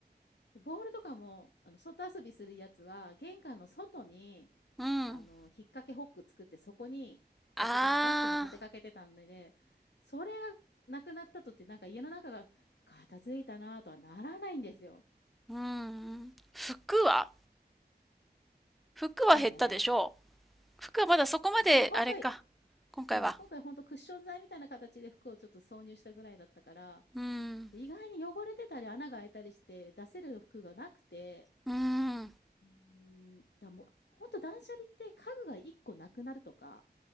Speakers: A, on the left (about 85°); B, in the centre.
A: で、ボールとかも、あの、外遊びするやつは、玄関の外に、
B: うん。
A: あの、引っ掛けホック作ってそこにやってたし、
B: ああ、
A: バットも立てかけてたので、それがなくなったとって、なんか家の中が片付いたなとはならないんですよ。
B: うん。服は服は減ったでしょ
A: 服ね。
B: う。服はまだそこまで、
A: まあ、今回、
B: あれか。今回は。
A: うん、今回ほんとクッション材みたいな形で服をちょっと挿入したぐらいだったから、
B: うん。
A: 意外に汚れてたり穴が開いたりして出せる服がなくて、
B: うん。
A: うん、だからもう、ほんと断捨離って家具が1個なくなるとか、